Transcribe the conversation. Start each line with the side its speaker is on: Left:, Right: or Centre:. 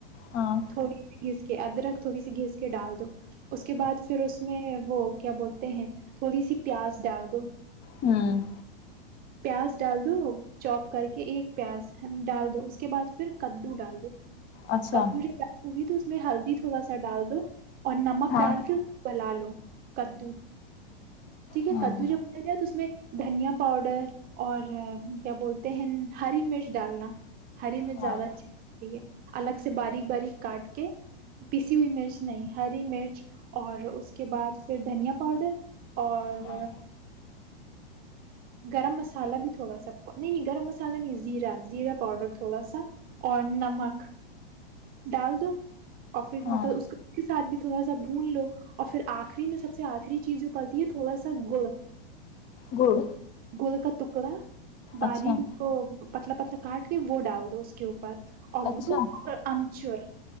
Left: ہاں
Right: تھوڑی <unintelligible> گھس کے ادرک تھوڑی سی گھس کے ڈال دو اس کے بعد پھر اس میں وہ کیا بولتے ہیں تھوڑی سی پیاز ڈال دو
Left: ہوں
Right: پیاز ڈال دو چوپ کر کے ایک پیاز ڈال دو اس کے بعد پھر کدو ڈال دو
Left: اچھا
Right: کدو جب ڈال تو اس میں ہلدی تھوڑا ڈال دو اور نمک
Left: ہاں
Right: ڈال کے ل لو کددو ٹھیک ہے
Left: ہاں
Right: کدو جب ڈیا جائے تو اس میں دھنیا پاؤڈر اور کیا بولتے ہیں ہری مرچ ڈالنا ہری میں
Left: ہاں
Right: زیادہ اچھی لگتی ہے الگ سے باریک باریک کاٹ کے پیسی ہوئی مرچ نہیں ہری مرچ اور اس کے بعد پھر دھنیا پاؤڈر اور
Left: ہاں
Right: گرم مسالہ بھی تھوڑا سا نہیں نہیں گرم مسالہ نہیں زیرا زیرا پاؤڈر تھوڑا سا اور نمک ڈال دو اور پھر
Left: ہاں
Right: مطلب اس اس کے ساتھ بھی تھوڑا سا بھون لو اور پھر آخری میں سب سے آخری چیز جو پڑتی ہے تھوڑا سا گڑ
Left: گڑ
Right: گول کا تکڑا باری
Left: اچھا
Right: کو پتلا پتلا کاٹ کے وہ ڈال دو اس کے اوپر اگولچور
Left: اچھا